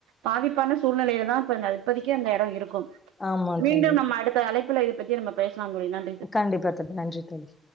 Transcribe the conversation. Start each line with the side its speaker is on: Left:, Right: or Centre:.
Right: பாதிப்பான சூழ்நிலையில தா இப்ப அந்த இப்போதிக்கு அந்த இடோ இருக்கு
Left: ஆமா
Right: மீண்டும்
Left: தோழி.
Right: நம்ம அடுத்த அழைப்புல இத பத்தி நம்ம பேசலா தோழி நன்
Left: கண்டிப்பா தோழி நன்றி தோழி